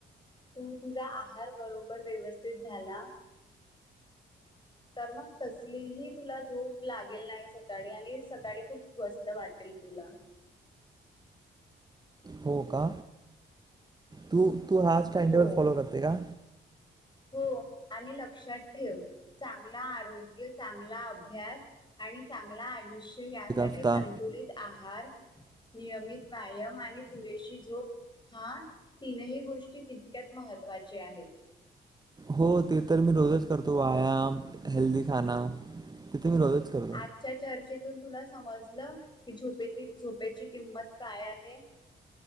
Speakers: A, on the left (about 20°); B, on the right (about 20°).
A: तू तुझा आहार बरोबर व्यवस्थित झाला तर मग कसलीही तुला झोप लागेल नाही सकाळी आणि सकाळी खूप स्वस्त वाटेल तुला.
B: हो का? तू तू हा टाइमटेबल
A: हो
B: फॉलो करते का?
A: हो आणि लक्षात ठेव चांगला आरोग्य, चांगला अभ्यास आणि चांगला आयुष्य यासाठी
B: एक हफ्ता
A: संतुलित आहार नियमित व्यायाम आणि पुरेशी झोप हा तीनही गोष्टी तितक्यात महत्वाची आहेत.
B: हो ते तर मी रोजच करतो. व्यायाम हेल्दी खाण तिथे मी रोजच करतो.
A: आजच्या चर्चेतून तुला समजलं की झोपे झोपेची किंमत काय आहे.